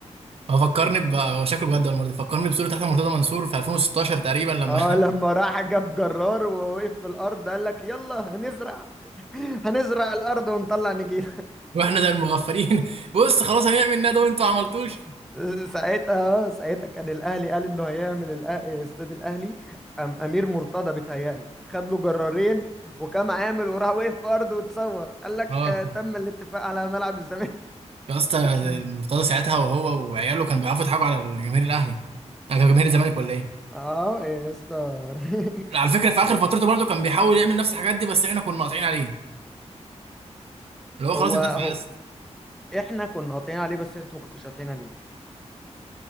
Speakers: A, on the right; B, in the centre.
A: هو فكرني ب هو شكله بجد المره دي فكرني بصوره تحت مرتضى منصور في 2016 تقريبا لما
B: اه لما راح جاب جرار ووقف في الارض قال لك يلا هنزرع <laughs> هنزرع الارض ونطلع نجيل
A: <laughs> واحنا زي المغفلين <laughs> بص خلاص هنعمل ندوه وانتوا ما عملتوش
B: <laughs> ساعتها آه، ساعتها كان الاهلي قال انه هيعمل الأ- استاد الاهلي أم امير مرتضى بيتهيألي خد له جرارين وكان عامل وراح وقف في ارضه وتصور قال لك
A: اه
B: آه، تم الاتفاق على ملعب الزمالك
A: يا اسطى
B: <laughs>
A: مرتضى ساعتها وهو وعياله كانوا بيعرفوا يضحكوا على جماهير الاهلي على جماهير الزمالك ولا ايه
B: اه يا اسطى <laughs>
A: على فكره في اخر فترته برضه كان بيحاول يعمل نفس الحاجات دي بس احنا كنا قاطعين عليه اللي هو خلاص
B: هو
A: انت
B: هو
A: اتفقست
B: احنا كنا قاطعين عليه بس انتوا ما كنتوش قاطعين عليه